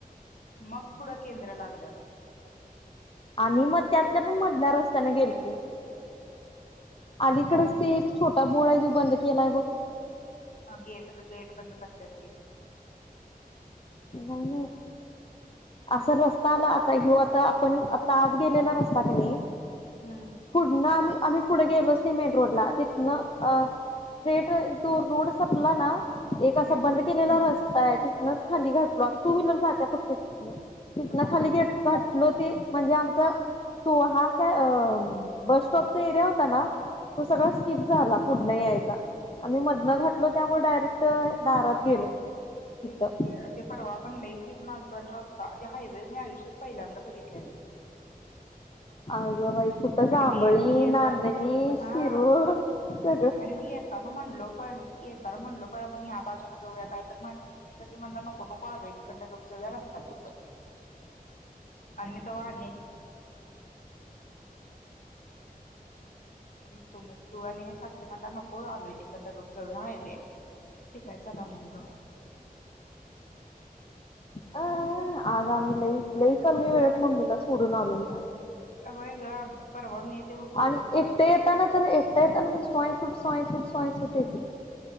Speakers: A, on the left; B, on the left.
A: मग पुढं केंद्र लागलं
B: आणि मग त्यातल्या पण मधल्या रस्त्याने गेलतो अलिकडच ते एक छोटा बोळ आहे जो बंद केलाय बग
A: हा गेट गेट बंद करत्यात ते
B: नाही नाही असा रस्ता आला आता ह्यो आता आपण आता आत गेलेला रस्ता क नई
A: हम्म
B: पुढन आम्ही आम्ही पुढे गेलो सिमेंट रोडला तिथंन अ स्ट्रेट तो रोड संपला ना एक असा
A: हम्म
B: बंद केलेला रस्ता आहे तिथंनच खाली घातलो टू व्हीलर जात्या फक्त तिथनं तिथनं
A: हा
B: खाली घातलो ते म्हणजे आमचं तो हा काय अं बस स्टॉपचा एरिया होता ना तो सगळा
A: हम्म
B: स्किप झाला पुढनं यायचा आम्ही मधनं घातलो त्यामुळे डायरेक्ट दारात गेलो. तिथं
A: तेच ठेवूया परवा आपण लई फिरून आणलतो आणि रस्ता ते हाइवे ह मी आयुष्यात पहिल्यांदा बघितलेलो.
B: अगं बाई कुठं जांबळी,
A: आणि मी मी येताना
B: नांदणी, शिरोळ,
A: हा
B: च
A: आणि मी येताना म्हणलो पण येताना म्हणलो तर आपण या बाजूना जाऊया काय? तर म्हण तुम्ही सगळे म्हणला नको नको आलोय तीकडनं गप जाऊया रस्ता चुकल. आणि मी तेव्हा तुम्ही तू आणि साक ते म्हणला नको आलोय तिकडनं गप जाऊया हायवे हाय ठीक हाय चला म्हटलं.
B: अ आज आम्ही लई लई कमी वेळात मम्मीला सोडून आलो मी. आज.
A: होय ग परवा मी ते गुरु
B: आणि एकटा येताना तरी एकटा येताना तरी स्वाय सुट, स्वाय सुट, स्वाय सुट ये